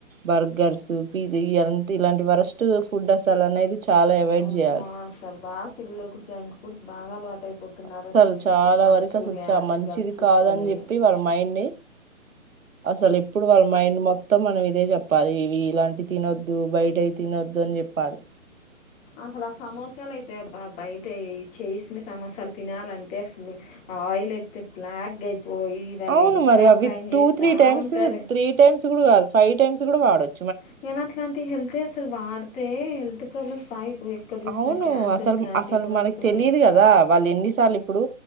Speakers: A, on the right; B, on the left.
A: బర్గర్స్ పిజ్జ ఇంత ఇలా లాంటి వరస్ట్ ఫుడ్ అసలు అనేది చాలా అవాయిడ్
B: అమ్మ
A: చేయాలి
B: అసలు బాగా పిల్లలు కూడా జంక్ ఫుడ్స్ బాగా అయిపోతున్నారు
A: అస్సలు
B: అసలు
A: చాలా
B: ఇప్పుడు మంచూరియా
A: వరకు అసలు చ
B: అని
A: మంచిది
B: గప్ చిప్స్
A: కాదని
B: అని
A: చెప్పి వాళ్ళ మైండ్ ని అసలు ఇప్పుడు వాళ్ళ మైండ్ మొత్తం మనం ఇదే చెప్పాలి ఇవి ఇలాంటి తినొద్దు బయట తినొద్దు చెప్పారు
B: అసలు ఆ సమోసాలు అయితే అబ్బా బయట చేసిన సమోసాలు తినాలంటే అసలు ఆయిల్ అయితే బ్లాక్ అయిపోయి వాళ్ళు
A: అవును
B: ఇంకా
A: మరి అ
B: ఫ్రై
A: విత్ టూ
B: చేస్తా
A: త్రీ టైమ్స్
B: ఉంటారు
A: త్రీ టైమ్స్ కూడా కాదు ఫైవ్ టైమ్స్ కూడా వాడవచ్చు
B: కానీ అట్లాంటి హెల్త్ అసలు వాడితే హెల్త్ ప్రాబ్లమ్స్ బాగా ఇప్పుడు ఎక్కడ చూసినా
A: అవును
B: క్యాన్సర్
A: అసలు
B: ఇట్లాంటివి
A: అసలు
B: కూడా
A: మనకు
B: వస్తున్నాయి
A: తెలిదు కదా వాళ్ళు ఎన్నిసార్లు ఇప్పుడు